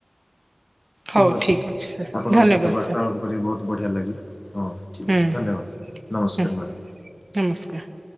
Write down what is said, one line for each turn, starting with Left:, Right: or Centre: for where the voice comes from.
Right: ହଉ
Left: ଠିକ୍ ଅଛି
Right: ଠିକ
Left: ଆପଣଙ୍କ
Right: ସାର୍ ଧନ୍ୟବାଦ
Left: ସହିତ ବାର୍ତ୍ତାଳାପ
Right: ସାର୍
Left: କରିକି ବହୁତ ବଢ଼ିଆ ଲାଗିଲା ହଁ।
Right: ହଁ
Left: ଠିକ୍ ଅଛି ଧନ୍ୟବାଦ
Right: ହଁ
Left: ନମସ୍କାର ମ୍ୟାଡ଼ାମ୍।
Right: ନମସ୍କାର୍